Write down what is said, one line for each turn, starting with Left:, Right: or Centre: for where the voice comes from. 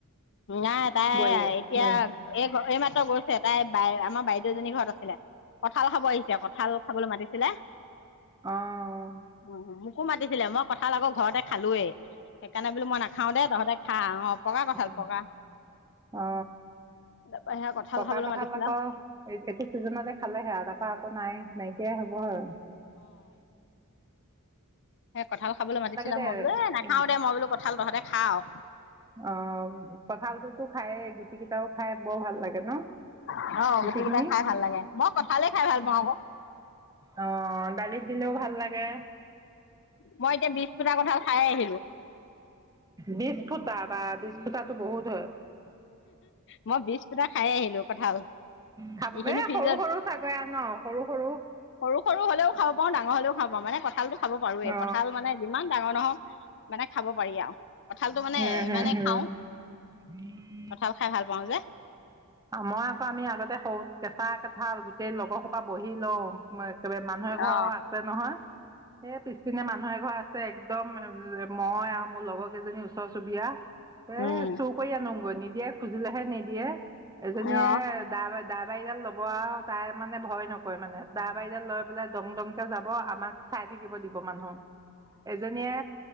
Left: নাই তাই
Right: বোৱাৰীয়ে
Left: এতিয়া
Right: বোৱাৰী
Left: এই এইমাত্ৰ গৈছে তাই বাই আমাৰ বাইদেউজনী ঘৰত আছিলে। কঁঠাল খাব আহিছে, কঁঠাল খাবলৈ মাতিছিলে।
Right: আহ
Left: উ মোকো মাতিছিলে মই কঁঠাল আকৌ ঘৰতে খালোয়েই সেইকাৰণে বোলো মই নাখাওঁ দে তহঁতে খা অ পকা কঁঠাল।
Right: অ
Left: পকা তাৰপৰা সেয়া
Right: পকা
Left: খাবলৈ
Right: কঁঠাল
Left: মাতিছিলে
Right: আকৌ এইটো চিজনতে খালে সেয়া তাপা আকৌ নাই নাইকিয়াই হব আৰু
Left: এ কঁঠাল খাবলৈ মাতিছিলে
Right: দে
Left: মই বোলো এ নাখাওঁ দে মই বোলোঁ কঁঠাল তহঁতে খা আৰু
Right: অ কঁঠালটো খায়ে গুতিকিতাও খাই বৰ ভাল লাগে ন
Left: আৰু অ
Right: গুটিখিনি
Left: গুটি কেইটা খাই ভাল লাগে মই কঁঠালে খাই ভাল পাওঁ আকৌ
Right: অ দালিত। দিলেও ভাল লাগে।
Left: মই এতিয়া বিছ ফুটা কঁঠাল খাই এ আহি
Right: বিছ ফুটা বা বি ফুটাটো বহুত হয়।
Left: মই বিজ পোটা খাই আহিলো, কঠাল
Right: খাব
Left: এইখিনি
Right: এ
Left: ফিজত
Right: সৰু সৰু চাগৈ ন সৰু সৰু
Left: সৰু সৰু হলেও খাব পাৰো ডাঙৰ হলেও খাব পাওঁ মানে। কঁঠালতটো খাব পাৰোৱেই
Right: অ
Left: কঁঠাল মানে যিমান ডাঙৰ নহওক, মানে খাব পাৰি আৰু।
Right: উ
Left: কঁঠালটো মানে
Right: উম
Left: ইমানে
Right: হম হম।
Left: খাওঁ কঁঠাল খাই ভাল পাওঁ যে।
Right: মই আকৌ আমি আগতে। সৰুত, কেঁচা কেঁঠাল গোটেই লগৰ। পৰা বহি লওঁ, একেবাৰে মানুহে ঘৰ
Left: অ
Right: আছে নহয়, এ পিছপিনে মানুহে ঘৰ আছে। একদম মই আও মোৰ লগৰ কেইজনী ওচৰ চুবুৰীয়া, এ
Left: উম
Right: চৌ কৰি আনোগৈ নিদিয়ে খুজিলেহে নিদিয়ে। এজনীয়ে
Left: অ
Right: দা দা বাৰীডাল লব আৰু তাৰ মানে ভয় নকৰে মানে দা বাৰীডাল লৈ পেলাই দং দংকে যাব আমাক চাই থাকিব দিব মানুহ, এজনীয়ে।